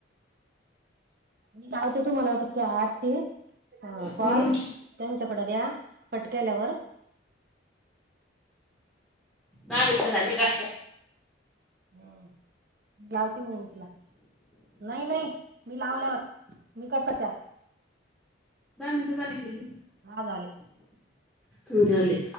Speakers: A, on the right (about 50°); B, in the centre.
A: मी लावते तुम्हाला ते आठ ते कॉल
B: हम्म
A: त्यांच्याकड द्या कट केल्यावर
B: दहा मिनिट झाली का?
A: हं मी लावती मंग उचला. नाही नाही मी लावल्यावर मी कट करते आता.
B: दहा मिनिटं झाली की लगी
A: हा झाले.
B: हो झाले.